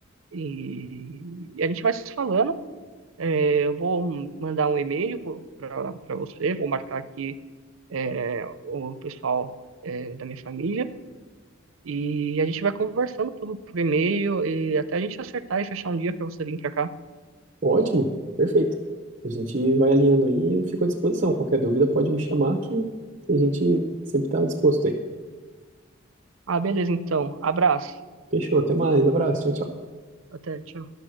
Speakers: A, on the right (about 85°); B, on the right (about 40°).
A: E, e a gente vai se falando. É, eu vou mandar um e-mail para você, vou marcar aqui é, o pessoal é, da minha família. E a gente vai conversando por, por e-mail e até a gente acertar e fechar um dia para você vir para cá.
B: Ótimo, perfeito. A gente vai alinhando aí e eu fico à disposição. Qualquer dúvida pode me chamar que, que a gente sempre está disposto aí.
A: Ah, beleza, então. Abraço.
B: Fechou, até mais, abraço, tchau, tchau.
A: Até, tchau.